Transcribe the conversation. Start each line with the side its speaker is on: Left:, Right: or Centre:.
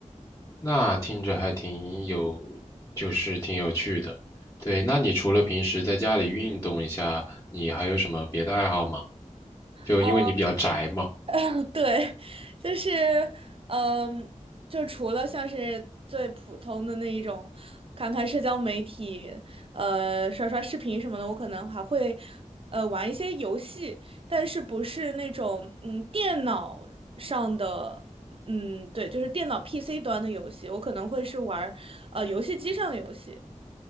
Left: 那听着还挺有，就是挺有趣的。对，那你除了平时在家里运动一下，你还有什么别的爱好吗？就因为你比较宅嘛。
Right: 啊。<laughs> 对，就是，嗯，就除了像是最普通的那一种，看看社交媒体，呃，刷刷视频什么的，我可能还会，呃，玩一些游戏，但是不是那种，嗯，电脑上的，嗯，对，就是电脑 PC 端的游戏，我可能会是玩儿呃，游戏机上的游戏，